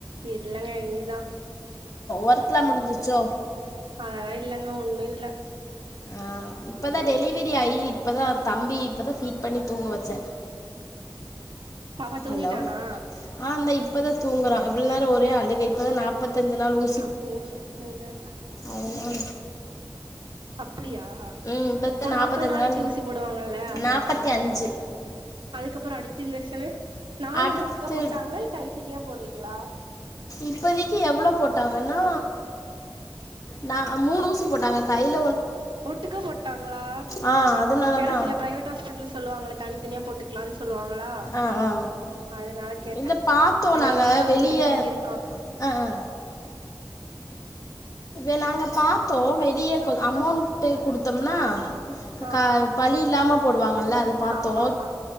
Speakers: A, on the right (about 85°); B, on the left (about 40°).
A: இல்லங்க இனிதா
B: ஒர்த்துலா முடிஞ்சிச்சோ
A: அதலா இல்லங்க ஒன்னு இல்ல
B: ஆ இப்பதா டெலிவரி ஆயி இப்பதா தம்பி இப்பதா ஃபீட் பண்ணி தூங்க வச்சே
A: பாப்பா தூங்கிட்டானா
B: ஹலோ ஆ இந்த இப்பதா தூங்குறா இவ்ள நேரோ ஒரே அழுகை இப்பதா நாப்பத்தஞ்சிநாள் ஊ
A: அப்றோ சட்னிதா
B: அதனால
A: ம் அப்டியா
B: ம் இப்பதா
A: ஓ
B: நாப்பத்தஞ்சு
A: நாப்பது நாளைக்கு
B: நாள்
A: ஊசி போடுவாங்கள்ல ஆமாஆமா
B: நாப்பத்தி அஞ்சு
A: அதுக்கப்பறோ அடுத்து இன்ஜெக்சனு நாலுமே
B: அடுத்து
A: ஒட்டுக்கா போட்டாங்களா இல்ல தனித்தனியா போடுறீங்ளா
B: இப்பதைக்கி எவ்ளோ போட்டாங்கன்னா நா அ மூணு ஊசி போட்டாங்க கைல
A: ஒட்டுக்கா போட்டாங்களா
B: ஆ அதனாலதா
A: ஏன்னா சில பிரைவேட் ஹாஸ்பிட்டல சொல்லுவாங்களே தனித்தனியா போட்டுக் சொல்லுவாங்களா
B: ஆ ஆ
A: அதனால கேட்டே
B: இல்ல பாத்தோ
A: எங்க
B: நாங்க
A: வீட்ல ஒரு
B: வெளிய
A: குட்டி தம்பி இருக்கா
B: ஆ ஆ வே நாங்க பாத்தோ வெளிய கொ அமௌண்ட் குடுத்தம்னா
A: ஆமா
B: க
A: ஆமா
B: பழி இல்லாம போடுவாங்கல்ல அது பாத்தோ
A: ஆமா ஆமா